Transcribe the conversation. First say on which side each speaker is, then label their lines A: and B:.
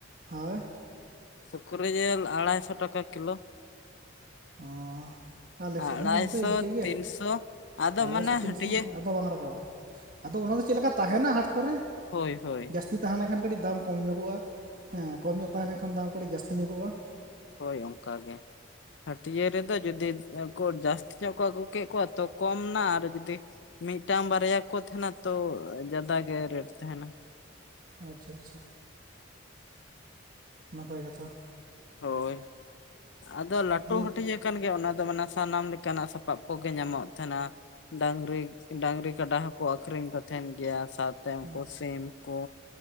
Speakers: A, on the right; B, on the left.
A: ᱦᱳᱭ᱾
B: ᱥᱩᱠᱨᱤ ᱡᱤᱞ ᱟᱲᱟᱭ ᱥᱚ ᱴᱟᱠᱟ ᱠᱤᱞᱳ᱾
A: ᱚᱸ᱾ ᱟᱞᱮᱥᱮᱫ
B: ᱟᱲᱟᱭᱥᱚ
A: ᱦᱚᱸ ᱜᱚᱝᱠᱮ ᱤᱝᱠᱟᱹᱜᱮ,
B: ᱛᱤᱱᱥᱚ ᱟᱫᱚ
A: ᱟᱲᱟᱭᱥᱚ
B: ᱢᱟᱱᱮ
A: ᱛᱤᱱᱥᱚ
B: ᱦᱟᱹᱴᱭᱟᱹ
A: ᱟᱫᱚ ᱵᱟᱝ ᱨᱟᱠᱟᱵᱼᱟ᱾ ᱟᱫᱚ ᱚᱱᱟ ᱫᱚ ᱪᱮᱫ ᱞᱮᱠᱟ ᱛᱟᱦᱮᱱᱟ ᱦᱟᱴ ᱠᱚᱨᱮ?
B: ᱦᱚᱭ ᱦᱚᱭ᱾
A: ᱡᱟᱹᱥᱛᱤ ᱛᱟᱦᱮᱸ ᱞᱮᱱᱠᱷᱟᱱ ᱠᱟᱹᱴᱤᱡ ᱫᱟᱢ ᱠᱚᱢ ᱧᱚᱜᱚᱜᱼᱟ, ᱦᱮᱸ ᱠᱚᱢ ᱧᱚᱜ ᱛᱟᱦᱮᱸ ᱞᱮᱱᱠᱷᱟᱱ ᱫᱟᱢ ᱠᱟᱹᱴᱤᱡ ᱡᱟᱹᱥᱛᱤ ᱧᱚᱜᱚᱜᱼᱟ᱾
B: ᱦᱳᱭ ᱚᱝᱠᱟ ᱜᱮ, ᱦᱟᱹᱴᱤᱭᱟᱹ ᱨᱮᱫᱚ ᱡᱩᱫᱤ ᱮ ᱠᱚ ᱡᱟᱹᱥᱛᱤ ᱧᱚᱜ ᱠᱚ ᱟᱹᱜᱩ ᱠᱮᱜ ᱠᱚᱣᱟ ᱛᱚ ᱠᱚᱢ ᱱᱟ ᱟᱨ ᱡᱩᱫᱤ ᱢᱤᱫᱴᱟᱝ ᱵᱟᱨᱭᱟ ᱠᱚ ᱛᱟᱦᱮᱱᱟ ᱛᱚ ᱡᱟᱫᱟ ᱜᱮ ᱨᱮᱴ ᱛᱟᱦᱮᱱᱟ᱾
A: ᱟᱪᱪᱷᱟ ᱟᱪᱪᱷᱟ᱾ ᱱᱟᱯᱟᱭ ᱠᱟᱛᱷᱟ᱾
B: ᱦᱚᱭ ᱟᱫᱚ ᱞᱟᱴᱩ
A: ᱫᱤᱭᱮ
B: ᱦᱟᱹᱴᱤᱡ ᱮ ᱠᱟᱱ ᱜᱮ ᱚᱱᱟ ᱫᱚ ᱢᱟᱱᱮ ᱥᱟᱱᱟᱢ ᱞᱮᱠᱟᱱᱟᱜ ᱥᱟᱯᱟᱵ ᱠᱚᱜᱮ ᱧᱟᱢᱚᱜ ᱛᱟᱦᱮᱱᱟ᱾ ᱰᱟᱝᱨᱤ, ᱰᱟᱝᱨᱤ ᱠᱟᱰᱟ ᱦᱚᱸ ᱠᱚ ᱟᱹᱠᱷᱨᱤᱧ ᱠᱚ ᱛᱟᱦᱮᱱ ᱜᱮᱭᱟ ᱥᱟᱣ
A: ᱟᱪᱪᱷᱟ
B: <unintelligible> ᱥᱤᱢ ᱠᱚ,